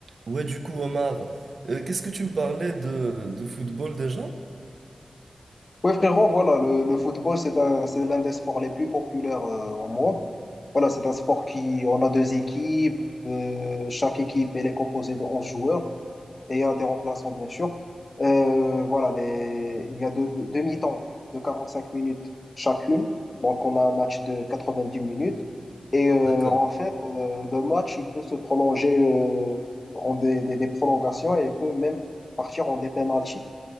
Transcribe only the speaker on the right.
Ouais, du coup, Omar, euh, qu'est-ce que tu me parlais de, de football déjà?
D'accord.